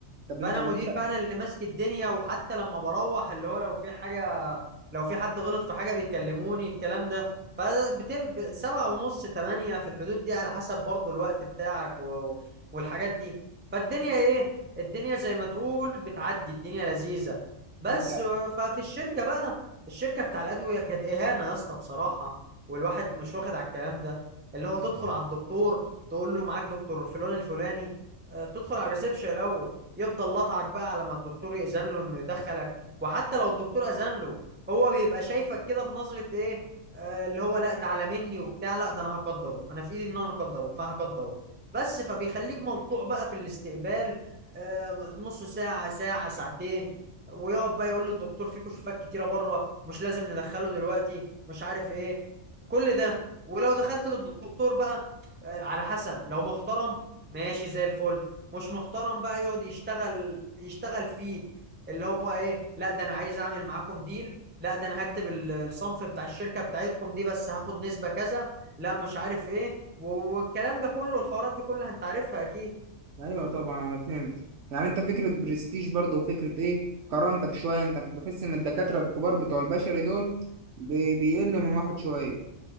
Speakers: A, on the right; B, on the right.
A: طب أنت
B: فانا
A: ده
B: مدير
A: أنت
B: بقى انا اللي ماسك الدنيا وحتى لما بروح اللي هو لو في حاجه لو في حد غلط في حاجه بيكلموني الكلام ده فبت... ب- سبعة ونص تمانية في الحدود دي على حسب برضو الوقت بتاعك و... والحاجات دي فالدنيا ايه الدنيا زي ما تقول بتعدي الدنيا لذيذة بس
A: ده أنت
B: آه، ففي الشركة بقى الشركة بتاع الأدوية كانت إهانة يا اسطى بصراحة والواحد مش واخد على الكلام ده اللي هو تدخل على الدكتور تقول له معاك دكتور فلان الفلاني آه، تدخل على الريسبشن الأول يفضل لطعك بقى على ما الدكتور يأذن له انه يدخلك وحتى لو الدكتور أذن له هو بيبقى شايفك كده بنظرة ايه آه اللي هو لا ده على مني وبتاع لا ده انا هقدره انا في ايدي ان انا اقدره فهقدره بس فبيخليك ملطوع بقى في الاستقبال آه نص ساعة ساعة ساعتين ويقعد بقى يقول للدكتور في كشوفات كتيرة بره مش لازم ندخله دلوقتي مش عارف ايه كل ده ولو دخلت للدكتور بقى آه على حسب لو محترم ماشي زي الفل مش محترم بقى يقعد يشتغل يشتغل فيك اللي هو ايه لا ده انا عايز اعمل معاكم ديل لا ده انا هكتب ال- الصنف بتاع الشركة بتاعتكم دي بس هاخد نسبة كذا لا مش عارف ايه والكلام ده كله الحوارات دي كلها انت عارفها اكيد
A: ايوه طبعا انا فهمت يعني انت فكره برستيج برضه وفكره ايه كرامتك شويه انت بحس ان الدكاتره الكبار بتوع البشري دول بي- بيقل من واحد شويه